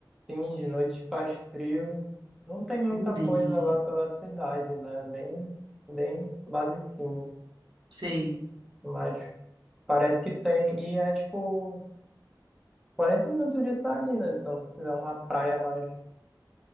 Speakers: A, in the centre; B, on the right (about 75°).
A: tem de noite faz frio. Não tem muita
B: Uh, delícia.
A: coisa lá pela cidade, né? Bem, bem basiquinho.
B: Sei.
A: Mas parece que tem. E é tipo 40 minutos de Salinas. Então, se quiser uma praia mais,